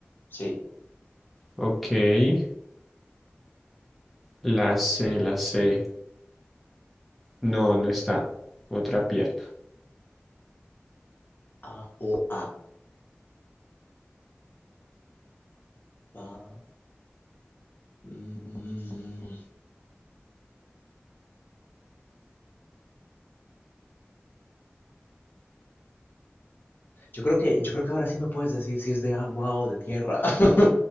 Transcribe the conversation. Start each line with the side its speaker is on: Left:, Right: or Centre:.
Left: Sí.
Centre: ok. La C, la C. No, no está. Otra pierna.
Left: A o A. Va. Mm, yo creo que, yo creo que ahora sí me puedes decir si es de agua o de tierra. <laughs>